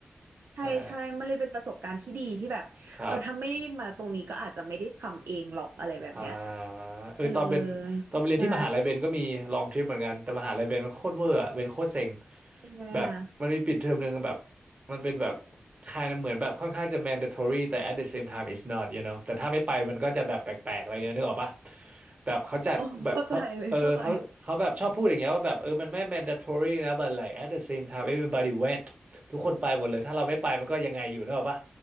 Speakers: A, on the right; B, on the right.
A: ใช่ใช่
B: ใช่
A: มันเลยเป็นประสบการณ์ที่ดีที่แบบเออถ้าไม่ได้มาตรงนี้ก็อาจจะไม่ได้ทำเองหรอกอะไรแบบเนี้ย
B: ครับ อ่าเออตอนเป็นตอนไปเรียนที่มหาลัยเบนก็มีลองทริปเหมือนกันแต่มหาลัยเบนมันโคตรเวอร์อะเบนโคตรเซ็ง
A: เออใช่เป็นไงอ่ะ
B: แบบมันมีปิดเทอมหนึ่งแบบมันเป็นแบบคายเหมือนแบบค่อนข้างจะ mandatory แต่ at the same time it's not you know แต่ถ้าไม่ไปมันก็จะแบบแปลกๆอะไรเงี้ยนึกออกปะแบบเขาจัดแบบเขาเออเขาเขาแบบชอบพูดอย่างเงี้ยว่าแบบเออมันไม่
A: โอ้เข้าใจเลยเข้าใจ
B: mandatory นะ but like at the same time everybody went ทุกคนไปหมดเลยถ้าเราไม่ไปมันก็ยังไงอยู่นึกออกปะ